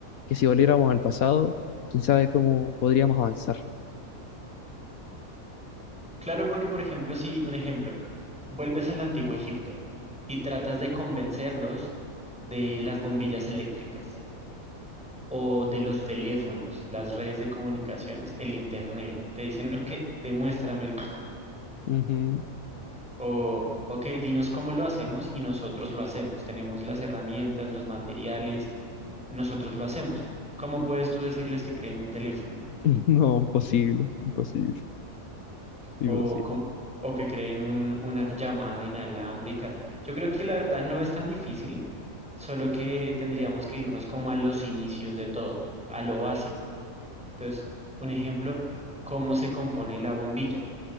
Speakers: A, on the left; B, in the centre.
A: que si volviéramos al pasado, quién sabe cómo podríamos avanzar.
B: Claro, porque por ejemplo, si un ejemplo, vuelves al antiguo Egipto y tratas de convencerlos de las bombillas eléctricas o de los teléfonos, las redes de comunicaciones, el internet, te dicen, ok, demuéstramelo.
A: Ujú.
B: O, ok, dinos cómo lo hacemos y nosotros lo hacemos. Tenemos las herramientas, los materiales, nosotros lo hacemos. ¿Cómo puedes tú decirles que creen un teléfono
A: <laughs> No, imposible, imposible, imposible.
B: o, cómo- o que creen un- una llamada inalámbrica? Yo creo que la verdad no es tan difícil, solo que tendríamos que irnos como a los inicios de todo, a lo básico. Entonces, un ejemplo, ¿cómo se compone la bombilla?